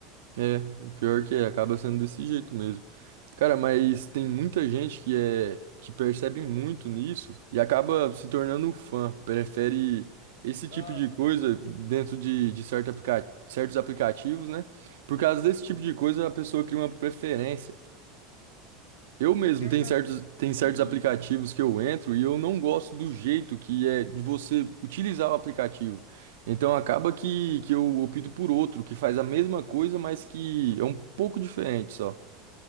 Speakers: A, on the right; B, on the left.
A: É, o pior que é, acaba sendo desse jeito mesmo. Cara, mas tem muita gente que é que percebe muito nisso e acaba se tornando fã, prefere esse
B: Ah,
A: tipo de coisa dentro de, de certo aplica- certos aplicativos, né? Por causa desse tipo de coisa, a pessoa cria uma preferência. Eu mesmo,
B: Cara,
A: tem certos, tem certos
B: sim.
A: aplicativos que eu entro e eu não gosto do jeito que é de você utilizar o aplicativo. Então acaba que, que eu opto por outro, que faz a mesma coisa, mas que é um pouco diferente só.